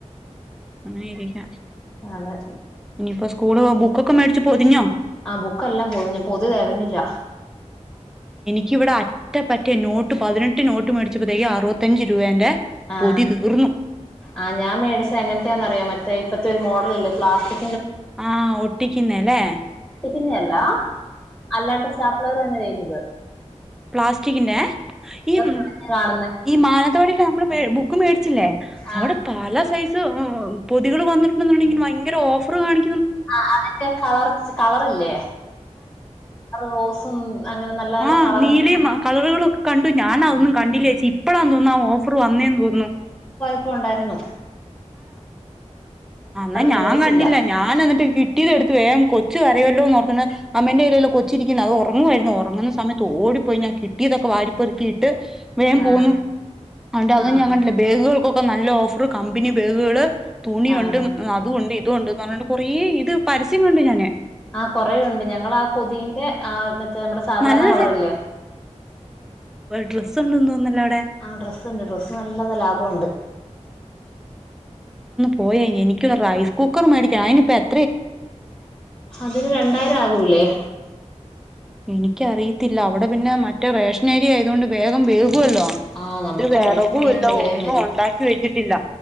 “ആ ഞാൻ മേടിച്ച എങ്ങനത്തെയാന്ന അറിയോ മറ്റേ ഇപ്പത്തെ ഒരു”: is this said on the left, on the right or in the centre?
Left